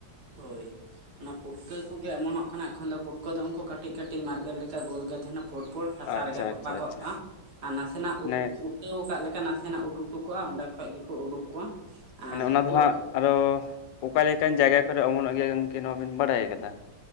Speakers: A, on the right; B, on the left.
A: ᱦᱳᱭ ᱚᱱᱟ ᱯᱩᱴᱠᱟᱹ ᱠᱚᱜᱮ ᱮᱢᱚᱱᱚᱜ ᱠᱟᱱᱟ ᱮᱠᱷᱚᱱ ᱫᱚ ᱯᱩᱴᱠᱟᱹ ᱫᱚ ᱩᱱᱠᱩ ᱠᱟᱹᱴᱤᱡ ᱠᱟᱹᱴᱤᱡ ᱢᱟᱨᱵᱮᱞ ᱞᱮᱠᱟ ᱜᱳᱞ ᱜᱮ ᱛᱟᱦᱮᱱᱟ᱾ ᱯᱳᱲ ᱯᱳᱲ ᱦᱟᱥᱟ
B: ᱟᱪᱪᱷᱟ
A: ᱨᱮᱜᱮ ᱛᱚᱯᱟ
B: ᱟᱪᱪᱷᱟ
A: ᱠᱚᱜ-ᱟ
B: ᱟᱪᱪᱷᱟ
A: ᱟᱨ ᱱᱟᱥᱮᱱᱟᱜ
B: ᱢᱟᱱᱮ
A: ᱠᱷᱩᱱᱴᱟᱹᱣ <unintelligible> ᱟᱠᱟᱫ ᱞᱮᱠᱟ ᱱᱟᱥᱮᱱᱟᱜ ᱩᱴ ᱚᱴᱚ ᱠᱚᱜᱼᱟ ᱚᱸᱰᱮ ᱠᱷᱚᱡ ᱜᱮᱠᱚ ᱩᱰᱩᱠ ᱠᱚᱣᱟ᱾ ᱟᱨ
B: ᱢᱟᱱᱮ ᱚᱱᱟ ᱫᱚ
A: ᱳᱜ
B: ᱦᱟᱸᱜ ᱟᱨᱚ ᱚᱠᱟ ᱞᱮᱠᱟᱱ ᱡᱟᱭᱜᱟ ᱠᱚᱨᱮ ᱚᱢᱚᱱᱚᱜ ᱜᱮᱭᱟ ᱜᱚᱝᱠᱮ ᱱᱚᱣᱟ ᱵᱤᱱ ᱵᱟᱰᱟᱭ ᱟᱠᱟᱫᱟ?